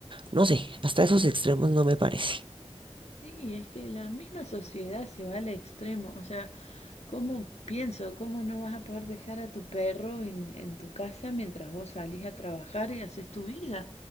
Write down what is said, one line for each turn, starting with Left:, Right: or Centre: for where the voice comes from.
Right: no sé, hasta esos extremos no me parece.
Left: Sí, es que la misma sociedad se va al extremo. O sea, ¿cómo pienso? ¿Cómo no vas a poder dejar a tu perro en, en tu casa mientras vos salís a trabajar y haces tu vida?